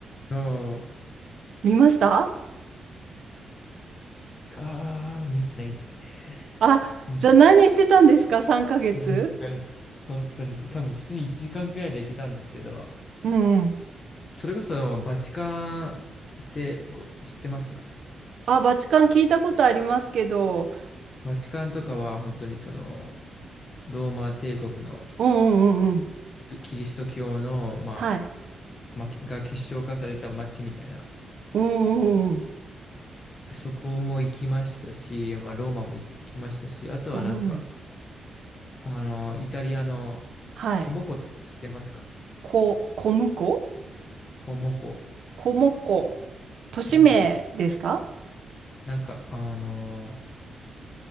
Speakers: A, on the left (about 30°); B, on the right (about 55°).
A: おー
B: 見ました
A: あー、見てないんですよね。
B: あ、
A: うん
B: じゃあ何してたんですか ?3 ヶ月
A: 確かに。本当に。多分、普通に1時間くらいで行けたんですけど、
B: うんうん。
A: それこそ、まあバチカンってご知ってますか
B: あ、バチカン聞いたことありますけど、
A: バチカンとかは本当にその、ローマ帝国の
B: うんうんうんうん。
A: キリスト教の、まあ、
B: はい。
A: まあ、が結晶化された街みたいな、
B: うんうんうんうん。
A: そこも行きましたし、まあ、ローマも行きましたし、あとはなんか、
B: うんうん、
A: あの、イタリアの
B: はい。
A: コモコって知ってますか
B: こ、小婿
A: コモコ。
B: 小婿。都市名ですか
A: うん。なんか、あの、